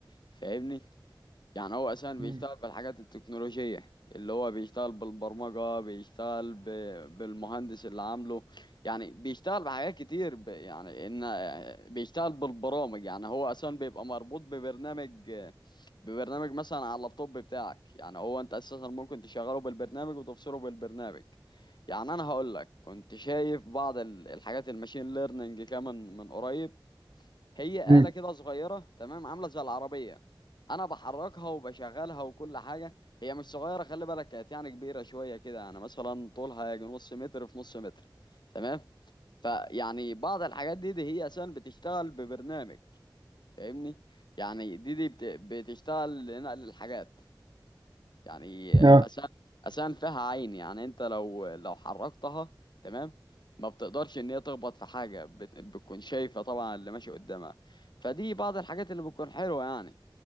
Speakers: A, on the left (about 60°); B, on the right (about 60°).
A: فاهمني يعني هو اساسا بيشتغل
B: مم.
A: بالحاجات التكنولوجية اللي هو بيشتغل بالبرمجة بيشتغل ب... بالمهندس اللي عامله يعني بيشتغل بحاجات كتير ب... يعني ان بيشتغل بالبرامج يعني هو اساسا بيبقى مربوط ببرنامج ببرنامج مثلا على اللابتوب بتاعك يعني هو انت اساسا ممكن تشغله بالبرنامج وتبصره بالبرنامج يعني انا هقول لك كنت شايف بعض ال- الحاجات الماشين ليرنينج كمان من قريب هي
B: مم.
A: آلة كده صغيرة تمام عاملة زي العربية أنا بحركها وبشغلها وكل حاجة هي مش صغيرة خلي بالك كانت يعني كبيرة شوية كده يعني مثلا طولها يجي نص متر في نص متر تمام فيعني بعض الحاجات دي دي هي أساسا بتشتغل ببرنامج فاهمني يعني دي دي بت- بتشتغل لنقل الحاجات يعني اسنان
B: اه
A: اسنان فيها عين يعني انت لو لو حركتها تمام ما بتقدرش ان هي تخبط في حاجه بت- بتكون شايفه طبعا اللي ماشي قدامها فدي بعض الحاجات اللي بتكون حلوه يعني